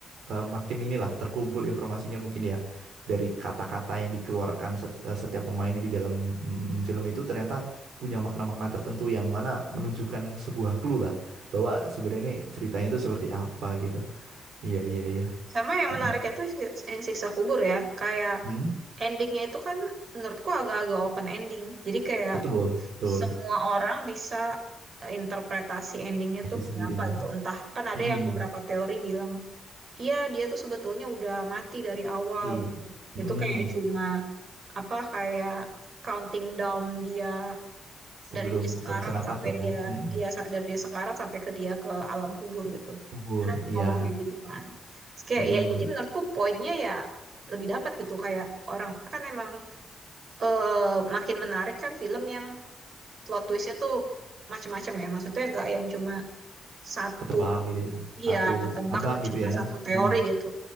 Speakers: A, on the right; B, on the right.
A: eh, makin inilah terkumpul informasinya mungkin ya dari kata-kata yang dikeluarkan set- eh, setiap pemainnya di dalam mm, mm, film itu ternyata punya makna-makna tertentu yang mana menunjukkan sebuah clue lah bahwa sebenarnya ini ceritanya itu seperti apa gitu. Iya iya iya.
B: Sama yang
A: Mm-mm.
B: menariknya tuh si- yang siksa kubur ya kayak
A: mm
B: endingnya itu kan menurutku agak-agak open ending. Jadi kayak
A: Betul betul.
B: semua orang bisa eh, interpretasi endingnya
A: Kasih
B: tuh kayak
A: sendiri.
B: apa gitu entah kan ada
A: Mm-mm.
B: yang beberapa teori bilang Iya, dia tuh sebetulnya udah mati dari awal
A: Iya.
B: gitu.
A: Mm-mm.
B: Itu kayak cuma apa kayak counting down dia
A: Sebelum
B: dari dia sekarat
A: kehabisan nafas
B: sampai
A: ya.
B: dia
A: Mm-mm.
B: ya sa- dari dia sekarat sampai ke dia ke alam kubur gitu.
A: Gugur.
B: Karena
A: Iya.
B: ngomong kayak gitu kan. Terus kayak
A: Mm-mm.
B: ya jadi menurutku poinnya ya lebih dapat gitu kayak orang kan emang eh, makin menarik kan film yang plot twistnya tuh macam-macam ya. Maksudnya nggak yang cuma satu
A: Ketebak gitu ya.
B: Iya,
A: Satu
B: ketebak
A: abang
B: dan
A: gitu
B: cuma
A: ya.
B: satu teori
A: Mm-mm.
B: gitu.